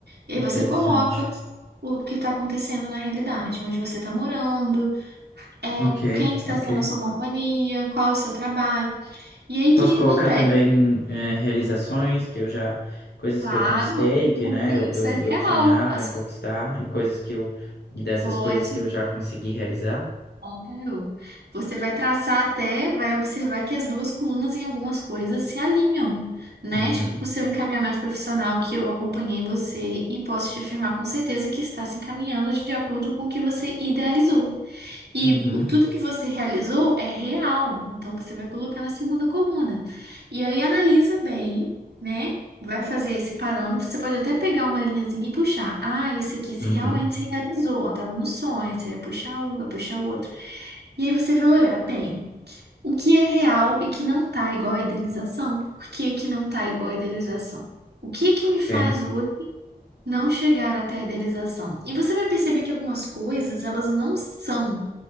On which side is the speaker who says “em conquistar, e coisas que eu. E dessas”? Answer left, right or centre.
Left